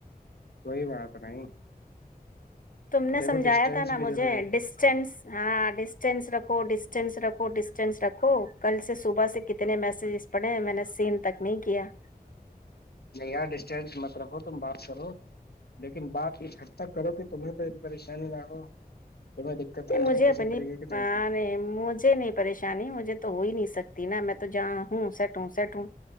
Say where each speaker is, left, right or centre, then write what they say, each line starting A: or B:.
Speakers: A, on the left (about 80°); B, on the left (about 55°).
A: کوئی بات نہیں <unintelligible> <unintelligible>
B: تم نے
A: دیکھو
B: سمجھایا
A: ڈسٹینس
B: تھا نا
A: بھی
B: مجھے
A: ضروری ہے
B: ڈسٹینس ہاں ڈسٹینس رکھو ڈسٹینس رکھو <unintelligible> کو ڈسٹینس رکھو کل سے صبح سے کتنے میسجز پڑھے ہیں میں نے سیم تک نہیں کیا <unintelligible>
A: نہیں یار ڈسٹینس مت رکھو تم بات کرو لیکن بات اس حد تک کرو کہ تمہیں کو پریشانی نہ ہو تمہیں دقت
B: نہیں
A: نہ
B: مجھے
A: ہو
B: اپنی
A: کسی طریقے کی ٹینشن
B: مجھے نہیں پریشانی مجھے تو ہو ہی نہیں سکتی <unintelligible> <unintelligible> نا میں تو جاں ہوں سیٹ ہوں سیٹ ہوں